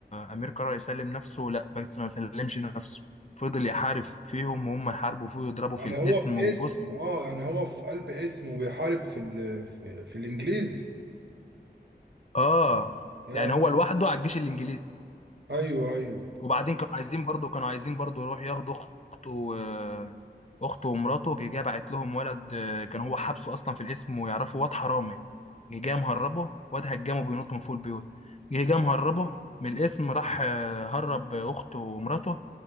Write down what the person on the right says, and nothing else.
يعني
هو في
اسم اه يعني هو في قلب اسم وبيحارب في ال... في, في الانجليزي
يا
ايوه ايوه